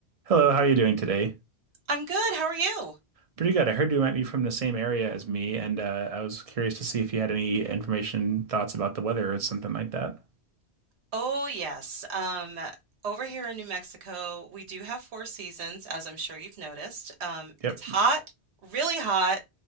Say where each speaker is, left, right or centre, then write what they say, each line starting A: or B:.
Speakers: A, on the right; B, on the right.
A: Hello, how are you doing today?
B: I'm good. How are you?
A: Pretty good. I heard you might be from the same area as me, and uh, I was curious to see if you had any information, thoughts about the weather or something like that.
B: Oh, yes. Um, over here in New Mexico, we do have four seasons, as I'm sure you've noticed. Um,
A: Yep,
B: it's hot, really hot,